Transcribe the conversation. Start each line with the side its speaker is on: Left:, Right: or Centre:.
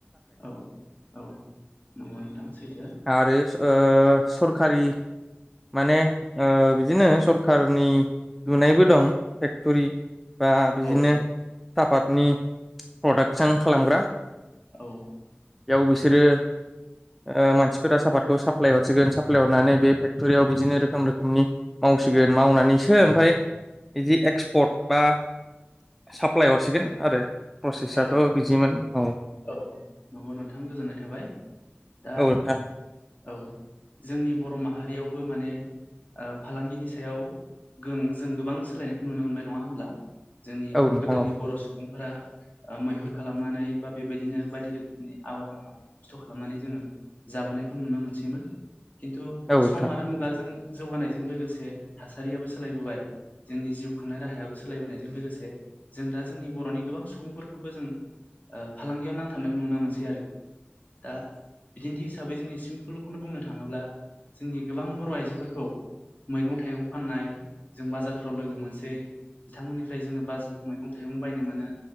Left: औ औ नंगौ नोंथां सैथो।
Centre: आरो ओ सरखारि माने ओ बिदिनो सरखारनि लुनायबो दं फेक्टरि बा बिदिनो
Left: औ
Centre: सापातनि प्रडाक्सन खालामग्रा
Left: औ
Centre: बेयाव बिसोरो ओ मानसिफोरा सापातखौ साप्लाय हरसिगोन साप्लाय हरनानै बे फेक्ट'रियाव बिदिनो रोखोम रोखोम <inaudible> मावसिगोन मावनानैसो ओमफाय बिदि एक्सपर्ट बा साप्लाय हरसिगोन आरो। प्रसेसआथ'
Left: औ
Centre: बिजिमोन औ।
Left: औ नंगौ नोंथां गोजोननाय थाबाय दा
Centre: औ नोंथां।
Left: औ जोंनि बर' माहारियावबो माने ओ फालांगिनि सायाव गों जों गोबां सोलायनायखौ नुनो मोनबाय नङा होमब्ला जोंनि
Centre: औ नोंथां
Left: गोदोनि
Centre: औ
Left: बर' सुबुंफोरा ओ मैहुर खालामनानै बा बेबायदिनो बायदि रोखोमनि आबाद माव <inaudible> खस्थ' खालामनानै जोङो जाबोनायखौ नुनो मोनसैमोन खिन्थु
Centre: औ नोंथां
Left: सम आरो मुगाजों जौगानायजों लोगोसे थासारियाबो सोलायबोबाय जोंनि जिउ खुंनाय राहायाबो सोलायबोनायजों लोगोसे जों दा जोंनि बर'नि गोबां सुबुंफोरखौबो जों ओ फालांगियाव नांथाबनायखौ नुनो मोनसै आरो। दा बिदिन्थि हिसाबै जोंनि सिम्पोलखौनो बुंनो थाङोब्ला जोंनि गोबां बर' आइजोफोरखौ मैगं थाइगं फाननाय जों बाजारफ्राव लोगो मोनसै बिथांमोननिफ्राय जोङो बाज मैगं थाइगं बायनो मोनो।